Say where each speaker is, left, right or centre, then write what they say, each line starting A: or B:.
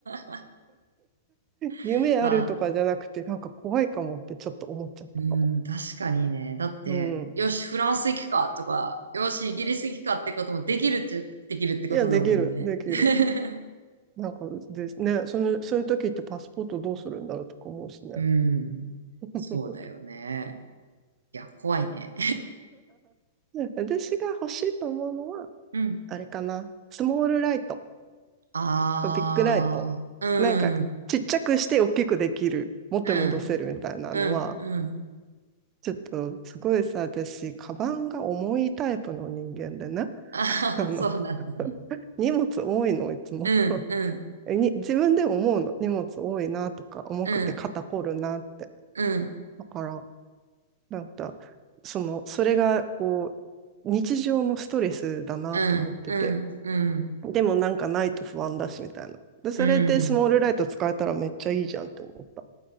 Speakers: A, on the right; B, on the right.
A: あ
B: 夢あるとかじゃなくて、
A: <laughs> まあ、
B: なんか怖いかもってちょっと思っちゃったかも。
A: うん、確かにね。だって、
B: うん。
A: よし、フランス行くかとか、よし、イギリス行くかってこともできるっちゃ、できるってことだもんね。
B: いや、できる、できる。
A: <laughs>
B: なんかですね、その、そういう時ってパスポートどうするんだろうとか思うしね。
A: うん。
B: <laughs>
A: そうだよね。いや、怖いね。
B: 私が欲しいと思うのは、
A: うん。
B: あれかな、スモールライト。
A: ああ、
B: とビッグライト。
A: うん、
B: なんか、ちっちゃくして大きくできる、元に戻せるみたいなのは、
A: うん、うん、うん。
B: ちょっとすごいさ、私、カバンが重いタイプの人間でね、
A: ああー、
B: <laughs> あの、
A: そうなんだね。
B: 荷物多いの、いつも。
A: うん、
B: <laughs>
A: うん、
B: に自分で思うの、荷物多いなとか、重くて肩こるなって。
A: うん、うん、
B: だから、なんか、その、それが、こう、日常のストレスだなと思ってて、
A: うん、うん、うん、
B: でもなんかないと不安だし、みたいな。で、それでスモールライト使えたらめっちゃいいじゃんって思った。
A: うん。